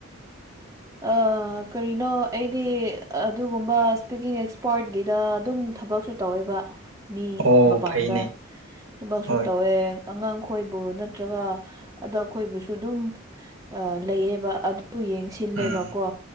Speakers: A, on the right; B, on the right.
A: ꯑꯥ ꯀꯔꯤꯅꯣ ꯑꯩꯗꯤ ꯑꯗꯨꯒꯨꯝꯕ ꯁ꯭ꯄꯤꯀꯤꯡ ꯑꯦꯛꯁꯄꯥꯔꯠꯀꯤꯗ ꯑꯗꯨꯝ ꯊꯕꯛꯁꯨꯨ ꯇꯧꯋꯦꯕ ꯃꯤ
B: ꯑꯣ
A: ꯃꯄꯥꯟꯗ
B: ꯐꯩꯅꯦ
A: ꯊꯕꯛꯁꯨ
B: ꯍꯣꯏ
A: ꯇꯧꯋꯦ ꯑꯉꯥꯡ ꯈꯣꯏꯕꯨ ꯅꯠꯇ꯭ꯔꯒ ꯑꯦꯗꯜ ꯈꯣꯏꯕꯨꯁꯨ ꯑꯗꯨꯝ ꯂꯩꯌꯦꯕ꯫ ꯑꯗꯨ ꯌꯦꯡꯁꯤꯜꯂꯦꯕꯀꯣ
B: ꯎꯝ